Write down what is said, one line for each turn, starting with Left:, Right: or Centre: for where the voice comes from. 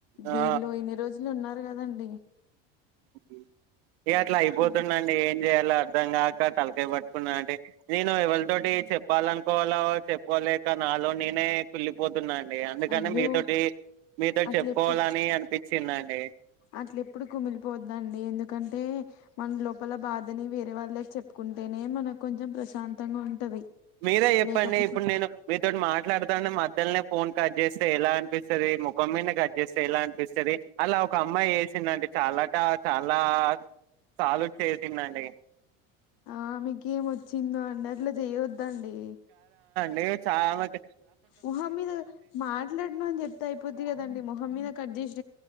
Right: ఆ
Left: వీళ్ళు ఇన్ని రోజులు ఉన్నారు కదండి
Right: ఉబ్బి ఏ అట్లా అయిపోతుండ
Left: అప్పుడు
Right: అండి ఏం చేయాలో అర్ధం కాక తలకాయా పట్టుకున్నా అంటే నేను ఎవరితోటి చెప్పాలనుకోవలో చెప్పుకోలేక నాలో నేనే కుళ్ళిపోతున్నా అందుకని
Left: అయ్యో
Right: మీతోటి మీతోటి
Left: అట్ల
Right: చెప్పుకోవాలని
Left: ఎప్పుడు
Right: అనిపించిందండి.
Left: అట్ల ఎప్పుడు కుమిలిపోద్దండి ఎందుకంటే మన లోపల బాధని వేరే వాళ్ళ చెప్పుకు ఉంటేనే మనకు కొంచెం ప్రశాంతంగా ఉంటది
Right: మీరే చెప్పండి
Left: లేకపోతే
Right: ఇప్పుడు నేను మీతోటి మాట్లాడుతానే మ ద్దల్నే ఫోన్ కట్ చేస్తే ఎలా అనిపిస్తుంది ముఖం మీద కట్ చేస్తే ఎలా అనిపిస్తుంది అలా ఒక అమ్మాయి వేసి తినండి చాలా ట చాలా సాల్వ్ చేసింది అండి
Left: ఆమె కేం వచ్చిందో అండి అట్లా చేయొద్దండి
Right: నేను చాల మట్
Left: మొహం మీద మాట్లాడను అని చెప్తే అయిపోద్ది కదండి మొహం మీద కట్ చేసి